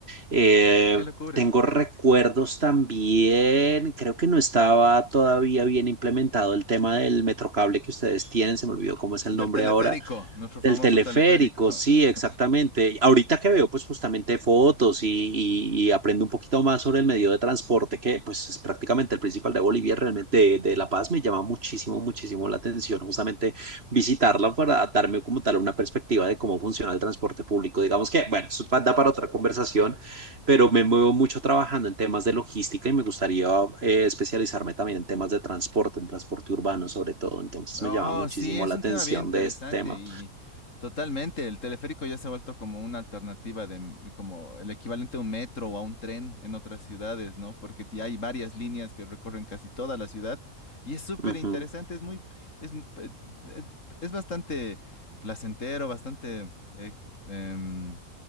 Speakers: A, on the right; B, on the left.
A: Eh,
B: Qué locura.
A: tengo recuerdos también, creo que no estaba todavía bien implementado el tema del metrocable que ustedes tienen, se me olvidó cómo es el
B: Del
A: nombre
B: teleférico,
A: ahora
B: nuestro famoso
A: del teleférico,
B: teleférico.
A: sí,
B: <laughs>
A: exactamente. Ahorita que veo, pues justamente fotos y, y- y aprendo un poquito más sobre el medio de transporte, que pues es prácticamente el principal de Bolivia, realmente de, de La Paz, me llama muchísimo, muchísimo la atención, justamente visitarla para darme como tal una perspectiva de cómo funciona el transporte público. Digamos que, bueno, eso pa- da para otra conversación, pero me muevo mucho trabajando en temas de logística y me gustaría eh, especializarme también en temas de transporte, en transporte urbano sobre todo. Entonces
B: Oh,
A: me llama muchísimo
B: sí, es
A: la
B: un
A: atención
B: tema bien interesante
A: de este tema.
B: y totalmente. El teleférico ya se ha vuelto como una alternativa de, m- como el equivalente a un metro o a un tren en otras ciudades, ¿no? Porque ti- hay varias líneas que recorren casi toda la ciudad y es súper
A: Ujú,
B: interesante, es muy, es, m- eh, es, es bastante placentero, bastante eh, c- em,